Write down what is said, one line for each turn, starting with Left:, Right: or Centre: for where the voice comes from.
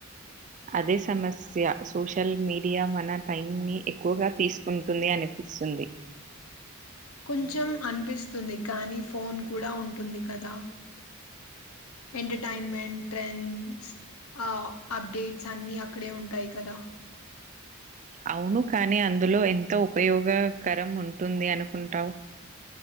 Right: అదే సమస్య సోషల్ మీడియా మన టైం ని ఎక్కువగా తీసుకుంటుంది అని పిస్తుంది
Left: కొంచెం అనిపిస్తుంది కానీ ఫోన్ కూడా ఉంటుంది కదా ఎంటర్టైన్మెంట్ ట్రెండ్స్ ఆ అప్డేట్స్ అన్ని అక్కడే ఉంటాయి కదా
Right: అవును కానీ అందులో ఎంత ఉపయోగకరం ఉంటుంది అనుకుంటావు